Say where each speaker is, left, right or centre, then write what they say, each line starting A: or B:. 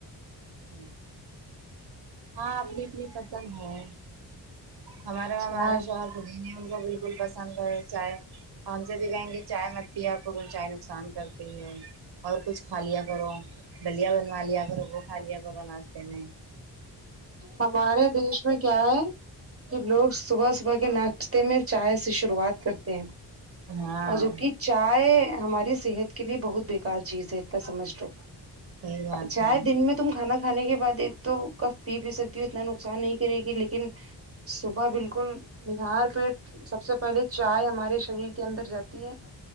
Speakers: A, on the right; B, on the right.
A: ہمم ہاں اپنی اپنی پسند ہے ہمارے ہمارے
B: چائے
A: شوہر خود ہی نے ان کو بالکل پسند ہے چائے اور ان سے بھی کہیں گے چائے مت پیا کروں چائے نقصان کرتی ہے اور کچھ کھا لیا کرو دلیا بنوا لیا کرو وہ کھا لیا کرو ناشتے میں
B: ہمارے دیش میں کیا ہے کہ لوگ صبح صبح کے ناشتے میں چائے سے شروعات کرتے ہیں
A: ہاں
B: اور جوکہ چائے ہماری صحت کے لیے بہت بیکار چیز ہے اتنا سمجھ لو
A: صحیح بات
B: چاے
A: ہے
B: دن میں تم کھانا کھانے کے بعد ایک تو کف پی بھی سکتی ہو اتنا نقصان نہیں کرے گی لیکن صبح بالکل نہار پیٹ سب سے پہلے چائے ہمارے شریر کے اندر جاتی ہے